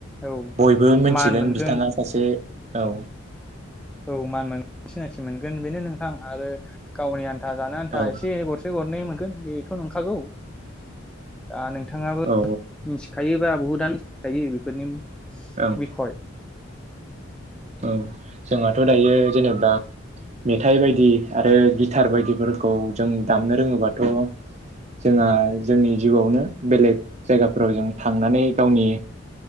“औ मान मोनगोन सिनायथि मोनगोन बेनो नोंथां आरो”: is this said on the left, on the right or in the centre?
Centre